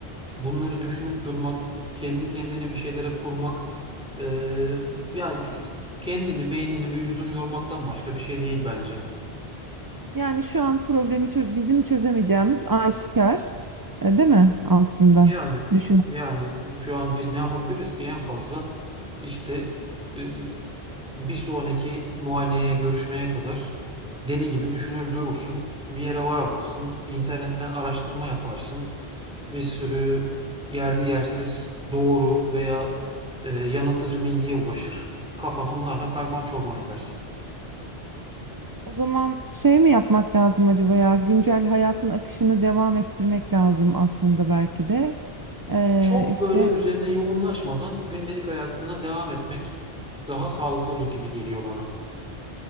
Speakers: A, in the centre; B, on the right (about 25°).
A: bunları düşünüp durmak, kendi kendine bir şeylere kurmak, e, yani ki- kendini, beynini, vücudunu yormaktan başka bir şey değil bence.
B: Yani şu an problemi çöz bizim çözemeyeceğimiz aşikar, e, değil mi aslında?
A: Yani
B: Düşün.
A: yani şu an biz ne yapabiliriz ki? En fazla işte e, bir sonraki muayeneye, görüşmeye kadar deli gibi düşünür durursun. Bir yere varamazsın. İnternetten araştırma yaparsın. Bir sürü yerli yersiz doğru veya e, yanıltıcı bilgiye ulaşır. Kafanı onlarla karman çorman edersin.
B: O zaman şey mi yapmak lazım acaba ya? Güncel hayatın akışını devam ettirmek lazım aslında belki de. Ee,
A: Yani çok
B: işte
A: böyle üzerine yoğunlaşmadan gündelik hayatına devam etmek daha sağlıklı olur gibi geliyor bana.